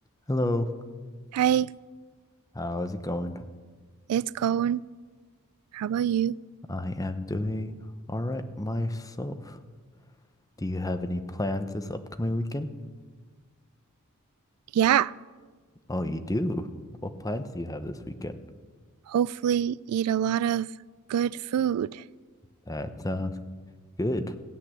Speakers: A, on the left; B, on the right.
A: Hello,
B: Hi,
A: how's it going?
B: it's going. How about you?
A: I am doing all right myself. Do you have any plans this upcoming weekend?
B: Yeah,
A: Oh, you do. What plans do you have this weekend?
B: hopefully eat a lot of good food.
A: That sounds good.